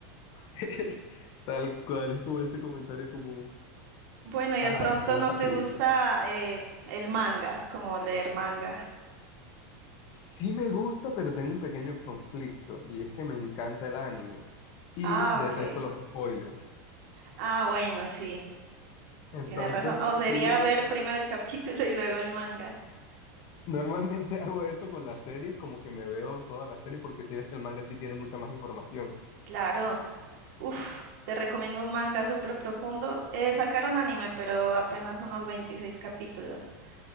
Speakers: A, on the left; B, on the right.
A: <laughs> Tal cual, es como ese comentario como,
B: Bueno, y de
A: ajá,
B: pronto
A: como
B: no
A: facilista.
B: te gusta eh, el manga, como leer manga.
A: Sí me gusta, pero tengo un pequeño conflicto, y es que me encanta el anime y
B: Ah,
A: detesto
B: ok.
A: los spoilers.
B: Ah, bueno, sí,
A: Entonces,
B: tienes razón. O sería
A: sí leo,
B: ver primero el <laughs> capítulo y luego el manga.
A: normalmente <laughs> hago eso con las series, como que me veo toda la serie, porque si ves que el manga sí tiene mucha más información.
B: Claro. Uf, te recomiendo un manga súper profundo. Eh, sacaron anime, pero apenas unos 26 capítulos.